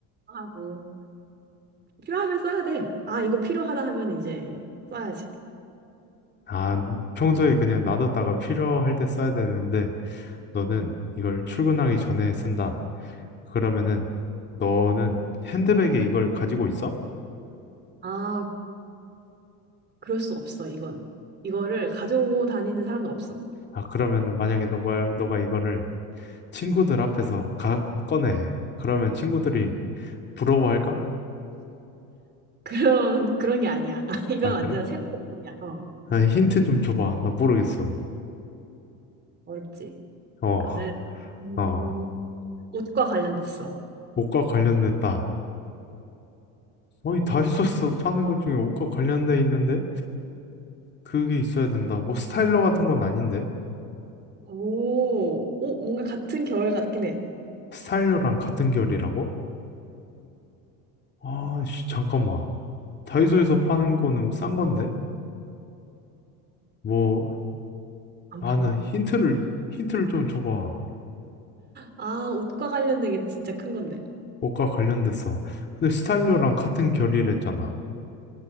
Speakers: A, on the right (about 25°); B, on the left (about 30°).
A: 사용하고, 필요하면 써야 돼. 아, 이거 필요하다 하면 이제 써야지.
B: 아, 평소에 그냥 놔뒀다가 필요할 때 써야 되는데, 너는
A: 음.
B: 이걸 출근하기 전에 쓴다. 그러면은, 너는 핸드백에 이걸 가지고 있어?
A: 아, 그럴 수 없어, 이건. 이거를 가지고 다니는 사람은 없어. <laughs>
B: 아, 그러면은 만약에 너가, 너가 이거를 친구들 앞에서 가, 꺼내. 그러면 친구들이 부러워할까?
A: 그런, 그런 게 아니야. <laughs> 이건
B: 아,
A: 완전
B: 그래?
A: 새로운 제품이야. 어,
B: 아, 힌트 좀 줘봐. 나 모르겠어.
A: 어렵지.
B: 어,
A: 이거는. 음,
B: 어,
A: 옷과 관련됐어.
B: 옷과 관련됐다. 아니, 다이소스 파는 것 중에 옷과 관련돼 있는데? 그게 있어야 된다. 뭐 스타일러 같은 건 아닌데?
A: 오, 어, 뭔가 같은 계열 같긴 해.
B: 스타일러랑
A: 같,
B: 같은 결이라고? 아, 씨, 잠깐만. 다이소에서 파는 거는 싼 건데? 뭐,
A: 안
B: 아,
A: 파나?
B: 나 힌트를, 힌트를 좀 줘봐.
A: 아, 옷과 관련된 게 진짜 큰 건데.
B: 옷과 관련돼서. 근데 스타일러랑 같은 결이랬잖아.